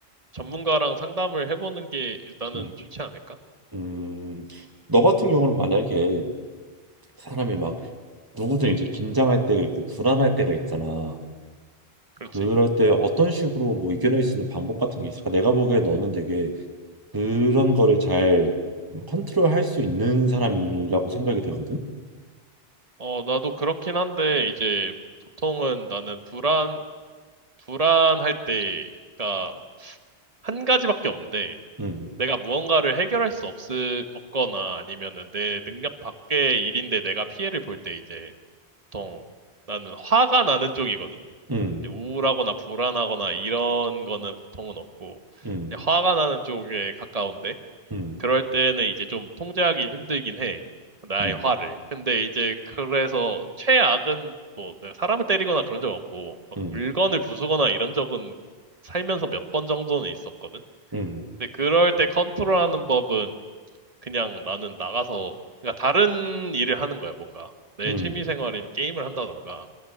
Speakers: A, on the right (about 35°); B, on the right (about 20°).
A: 전문가랑 상담을 해보는 게 일단은
B: 음,
A: 좋지 않을까?
B: 음. 너 같은 경우는 만약에 사람이 막 누구든 이제 긴장할 때가 있고 불안할 때가 있잖아.
A: 그렇지.
B: 그럴 때 어떤 식으로 뭐 이겨낼 수 있는 방법 같은 게 있을까? 내가 보기에 너는 되게 그런 거를 잘 컨트롤할 수 있는 사람이라고 생각이 되거든.
A: 어, 나도 그렇긴 한데 이제 보통은 나는 불안, 불안할 때가 한 가지밖에 없는데
B: 음,
A: 내가 무언가를 해결할 수 없, 없거나 아니면은 내 능력 밖의 일인데 내가 피해를 볼 때 이제 보통 나는 화가 나는 쪽이거든.
B: 음,
A: 이제 우울하거나 불안하거나 이런 거는 보통은 없고
B: 음,
A: 이제 화가 나는 쪽에 가까운데
B: 음,
A: 그럴 때는 이제 좀 통제하기 힘들긴 해. 나의
B: 음,
A: 화를. 근데 이제 그래서 최악은 뭐 내가 사람을 때리거나 그런 적 없고 막
B: 음,
A: 물건을 부수거나 이런 적은 살면서 몇 번 정도는 있었거든.
B: 음,
A: 근데 그럴 때 컨트롤하는 법은 그냥 나는 나가서 그러니까 다른 일을 하는 거야, 뭔가. 내
B: 음,
A: 취미 생활인 게임을 한다던가.